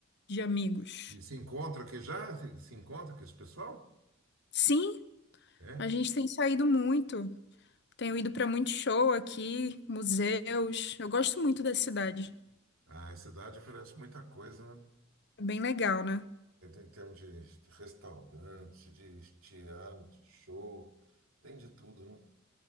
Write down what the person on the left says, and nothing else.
de amigos.
Sim,
a gente tem saído muito. Tenho ido pra muito show aqui, museus. Eu gosto muito da cidade.
É bem legal, né?